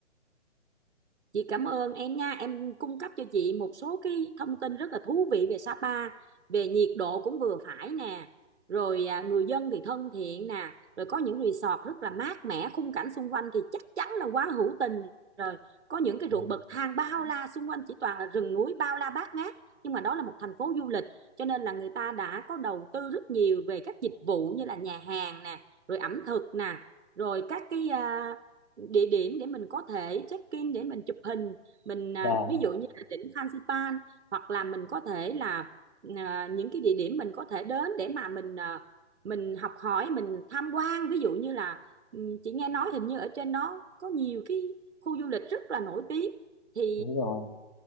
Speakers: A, on the right; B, on the left.
A: Chị cảm ơn em nha, em cung cấp cho chị một số cái thông tin rất là thú vị về Sapa, về nhiệt độ cũng vừa phải nè, rồi à, người dân thì thân thiện nè, rồi có những resort rất là mát mẻ, khung cảnh xung quanh thì chắc chắn là quá hữu tình rồi. Có những cái
B: vâng
A: ruộng bậc thang bao la xung quanh chỉ toàn là rừng núi bao la bát ngát, nhưng mà đó là một thành phố du lịch, cho nên là người ta đã có đầu tư rất nhiều về các dịch vụ như là nhà hàng nè, rồi ẩm thực nè, rồi các cái à, địa điểm để mình có thể check in để mình chụp hình mình à,
B: vâng,
A: ví dụ như là đỉnh Phan Xipang hoặc là mình có thể là à, những cái địa điểm mình có thể đến để mà mình à, mình học hỏi mình tham quan ví dụ như là ừm, chị nghe nói hình như ở trên đó có nhiều cái khu du lịch rất là nổi tiếng thì
B: đúng rồi